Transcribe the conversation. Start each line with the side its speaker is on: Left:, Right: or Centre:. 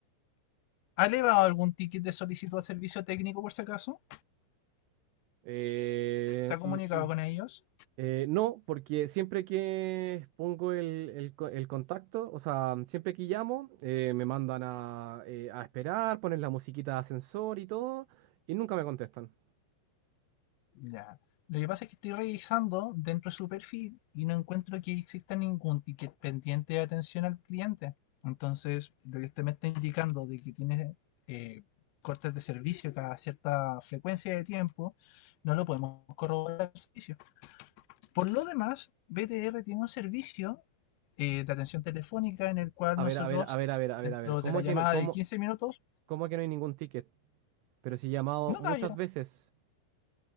Left: ¿Ha elevado algún ticket de solicitud al servicio técnico por si acaso?
Right: Eh,
Left: ¿Se ha comunicado
Right: mm, mm,
Left: con ellos?
Right: eh, no, porque siempre que pongo el, el co- el contacto, o sea, siempre que llamo, eh, me mandan a, eh, a esperar, ponen la musiquita de ascensor y todo, y nunca me contestan.
Left: Ya. Lo que pasa es que estoy revisando dentro de su perfil y no encuentro que exista ningún ticket pendiente de atención al cliente. Entonces, lo que usted me está indicando de que tiene eh, cortes de servicio cada cierta frecuencia de tiempo, no lo podemos corroborar al servicio. Por lo demás, BTR tiene un servicio eh, de atención telefónica en el cual
Right: A
Left: nosotros,
Right: ver, a ver, a ver, a ver, a
Left: dentro
Right: ver, a ver. ¿Cómo
Left: de la llamada
Right: que no? ¿Cómo?
Left: de 15 minutos,
Right: ¿Cómo que no hay ningún ticket? Pero si he llamado
Left: no
Right: muchas
Left: caballero,
Right: veces,